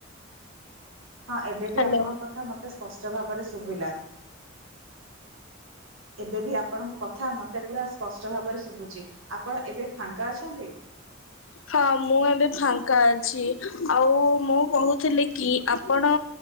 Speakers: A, on the right; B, on the left.
A: ହଁ ଏବେ ବି
B: ହ୍ୟାଲୋ।
A: ଆପଣଙ୍କ କଥା ମତେ ସ୍ପଷ୍ଟ ଭାବରେ ଶୁଭିଲା। ଏବେ ବି ଆପଣଙ୍କ କଥା ମୋତେ ପୁରା ସ୍ପଷ୍ଟ ଭାବରେ ଶୁଭୁଛି। ଆପଣ ଏବେ ଫାଙ୍କା ଅଛନ୍ତି?
B: ହଁ ମୁଁ ଏବେ ଫାଙ୍କା ଅଛି। ଆଉ ମୁଁ କହୁଥିଲି କି ଆପଣ